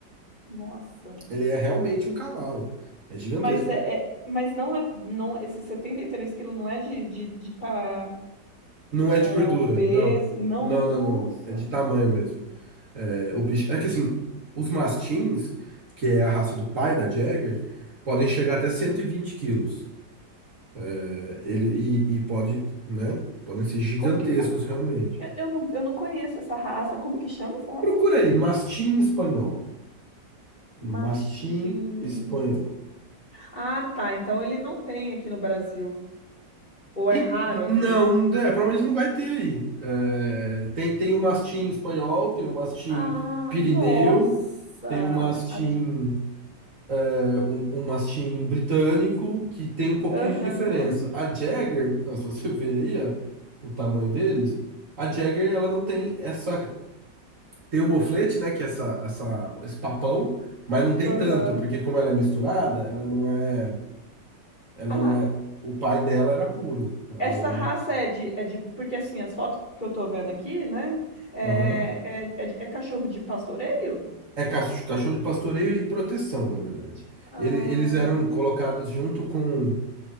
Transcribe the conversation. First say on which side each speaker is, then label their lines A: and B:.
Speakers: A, on the left; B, on the right.
A: Nossa.
B: Ele é realmente um cavalo. É gigantesco.
A: Mas é, é- mas não é, não, esses 73 quilos não é de, de, de tá
B: Não é
A: é,
B: de gordura,
A: obeso.
B: não.
A: Não,
B: Não,
A: nossa.
B: não, não, não. É de tamanho mesmo. É, o bicho... é que assim, os mastins, que é a raça do pai da Jagger, podem chegar até 120 quilos. É, Ele, e, e pode, né? Podem ser gigantescos
A: Como que. co-
B: realmente.
A: co- eu, eu não, eu não conheço essa raça. Como que chama essa raça?
B: Procura aí, mastim espanhol. Mastim
A: Mastim.
B: espanhol.
A: Ah, tá. Então ele não tem aqui no Brasil. Ou é
B: E-
A: raro aqui.
B: Não, é, provavelmente não vai ter aí. É, tem, tem o mastim espanhol, tem o mastim
A: Ah,
B: pirineu,
A: nossa.
B: tem o mastim,
A: Ach-
B: é, um, um mastim britânico, que tem um pouquinho
A: Aham,
B: de diferença. A Jagger, não, se você ver aí, ó, o tamanho deles, a Jagger ela não tem essa. Tem o moflete, né, que é essa, essa, esse papão, mas não tem
A: aham.
B: tanto, porque como ela é misturada, ela não é, ela
A: Ah,
B: não é. O pai dela era puro.
A: essa
B: Aí,
A: raça é de, é de. Porque assim, as fotos que eu tô vendo aqui, né? É,
B: aham.
A: é, é, de- é cachorro de pastoreio?
B: É cach- cachorro de pastoreio e de proteção, na verdade.
A: Ah,
B: Ele- eles eram colocados junto com,